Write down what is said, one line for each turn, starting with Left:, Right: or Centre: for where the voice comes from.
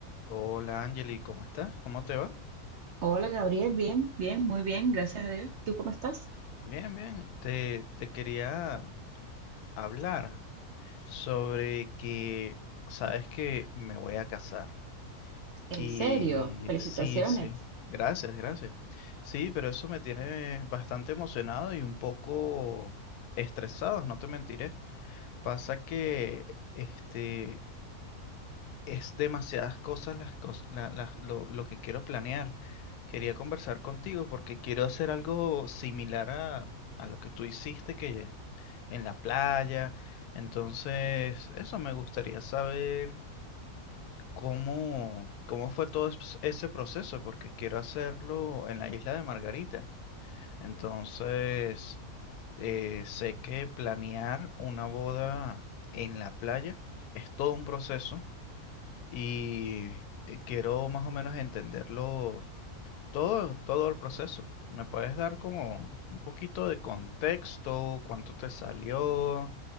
Left: Hola Angeli, ¿cómo estás? ¿Cómo te va?
Right: Hola Gabriel, bien, bien, muy bien, gracias a Dios. ¿Tú cómo estás?
Left: Bien, bien. Te, te quería hablar sobre que sabes que me voy a casar.
Right: En
Left: Y
Right: serio, felicitaciones.
Left: sí, sí. Gracias, gracias. Sí, pero eso me tiene bastante emocionado y un poco estresado, no te mentiré. Pasa que este es demasiadas cosas las, cos- la- las- lo, lo que quiero planear. Quería conversar contigo porque quiero hacer algo similar a, a lo que tú hiciste que en la playa. Entonces, eso me gustaría saber cómo, cómo fue todo es- ese proceso, porque quiero hacerlo en la isla de Margarita. Entonces, eh, sé que planear una boda en la playa es todo un proceso y eh, quiero más o menos entenderlo todo, todo el proceso. ¿Me puedes dar como un poquito de contexto? ¿Cuánto te salió?